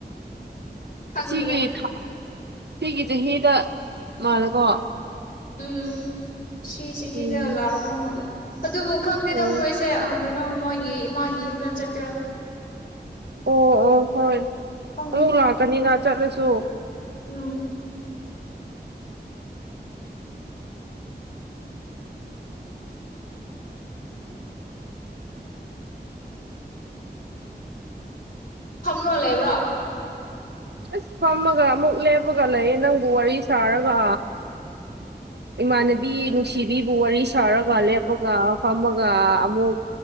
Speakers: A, on the left (about 50°); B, on the right (about 75°).
A: ꯈꯪꯗ꯭ꯔꯦ
B: ꯁꯤꯒꯤ ꯊꯥ ꯁꯤꯒꯤ ꯆꯍꯤꯗ ꯃꯥꯜꯂꯦꯀꯣ
A: ꯎꯝ ꯁꯤ ꯆꯍꯤꯗ
B: ꯎꯝ
A: ꯂꯥꯛꯇꯧ ꯃꯥꯜꯂꯦ ꯑꯗꯨꯕꯨ ꯈꯪꯗꯦꯗ
B: ꯎꯝ
A: ꯃꯣꯏꯁꯦ ꯑꯥ ꯀꯩꯅꯣ ꯃꯣꯏꯒꯤ ꯏꯃꯥꯒꯤ ꯌꯨꯝꯗ ꯆꯠꯀꯦꯔ
B: ꯑꯣ ꯑꯣ ꯍꯣꯏ
A: ꯈꯪꯗꯦ
B: ꯑꯃꯨꯛ ꯂꯥꯛꯀꯅꯤꯅ ꯆꯠꯂꯁꯨ
A: ꯎꯝ ꯐꯝꯃ ꯂꯩꯕ꯭ꯔꯣ
B: ꯑꯁ ꯐꯝꯃꯒ ꯑꯃꯨꯛ ꯂꯦꯞꯄꯒ ꯂꯩꯌꯦ ꯅꯪꯕꯨ ꯋꯥꯔꯤ ꯁꯥꯔꯒ ꯏꯃꯥꯟꯅꯕꯤ ꯅꯨꯡꯁꯤꯕꯤꯕꯨ ꯋꯥꯔꯤ ꯁꯥꯔꯒ ꯂꯦꯞꯄꯒ ꯐꯝꯃꯒ ꯑꯃꯨꯛ